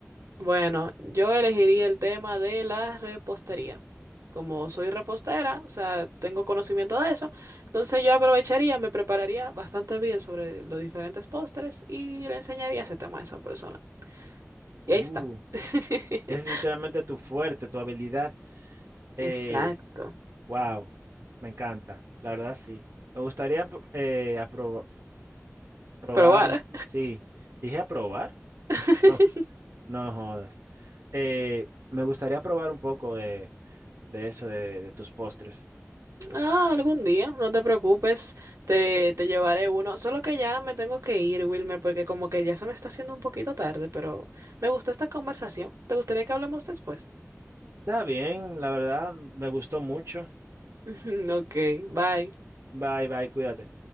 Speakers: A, on the right; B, on the right.
A: Bueno, yo elegiría el tema de la repostería. Como soy repostera, o sea, tengo conocimiento de eso, entonces yo aprovecharía, me prepararía bastante bien sobre los diferentes postres y le enseñaría ese tema a esa persona. Y
B: Uh,
A: ahí está. <laughs>
B: es literalmente tu fuerte, tu habilidad. Eh,
A: Exacto.
B: wow, me encanta, la verdad sí. Me gustaría apro- eh, aprobar, Probar,
A: Probar.
B: sí. Dije a probar.
A: <laughs>
B: No, no jodas. Eh, me gustaría probar un poco de, de eso, de, de tus postres.
A: Ah, algún día, no te preocupes, te, te llevaré uno. Solo que ya me tengo que ir, Wilmer, porque como que ya se me está haciendo un poquito tarde, pero me gustó esta conversación. ¿Te gustaría que hablemos después?
B: Está bien, la verdad, me gustó mucho.
A: <laughs> Ok, bye.
B: Bye, bye, cuídate.